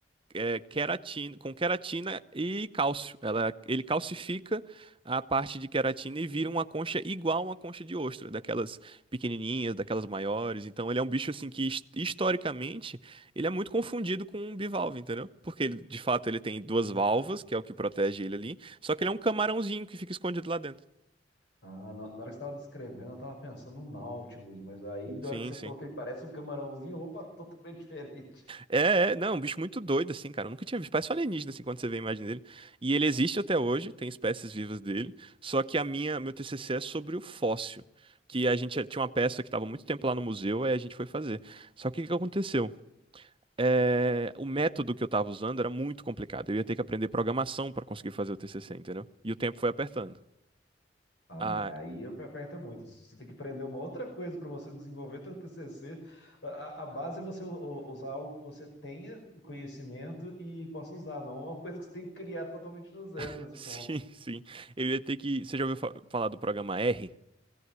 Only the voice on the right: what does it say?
é, queratina, com queratina e cálcio. Ela, ele calcifica a parte de queratina e vira uma concha igual a uma concha de ostra, daquelas pequenininhas, daquelas maiores. Então ele é um bicho assim que his- historicamente ele é muito confundido com um bivalve, entendeu? Porque ele, de fato ele tem duas
valvas, que é o que protege ele ali, só que ele é um camarãozinho que fica escondido lá dentro.
Sim,
sim.
É, é, não, um bicho muito doido, assim, cara. Eu nunca tinha visto. Parece um alienígena, assim, quando você vê a imagem dele. E ele existe até hoje, tem espécies vivas dele. Só que a minha, meu TCC é sobre o fóssil. Que a gente tinha uma peça que estava muito tempo lá no museu, aí a gente foi fazer. Só que o que que aconteceu? É, o método que eu estava usando era muito complicado. Eu ia ter que aprender programação para conseguir fazer o TCC, entendeu? E o tempo foi apertando.
Ah,
<laughs>
sim,
sim. Eu ia ter que. Você já ouviu fa- falar do programa R?